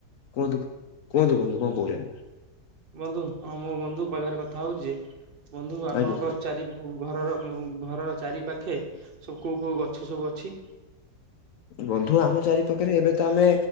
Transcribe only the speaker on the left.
କୁହନ୍ତୁ କୁହନ୍ତୁ ବନ୍ଧୁ କଣ କହୁଚନ୍ତି।
ଆଜ୍ଞା।
ବନ୍ଧୁ ଆମ ଚାରି ପାଖରେ ଏବେ ତ ଆମେ